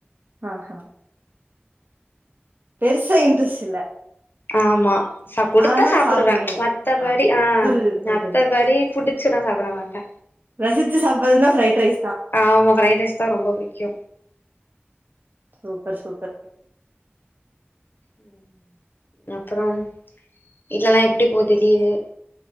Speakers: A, on the right (about 50°); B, on the left (about 55°).
A: ஆஹ பெருசா இன்ட்ரெஸ் இல்ல
B: ஆமா ச குடுத்தா
A: ஆனா
B: சாப்புடுவ
A: சாப்டுவீங்க
B: ம்ச் மத்தபடி ஆ
A: புரிஞ்சுது புரிஞ்சுது
B: மத்தபடி புடிச்சுல்ல சாப்பட மாட்ட
A: ரசிச்சி சாப்ட்றதுன்னா ஃப்ரைட் ரைஸ் தா
B: ஆமா ஃப்ரைட் ரைஸ் தா ரொம்ப புடிக்கு
A: சூப்பர் சூப்பர்
B: ம் அப்றம் வீட்லல்லா எப்டி போது லீவு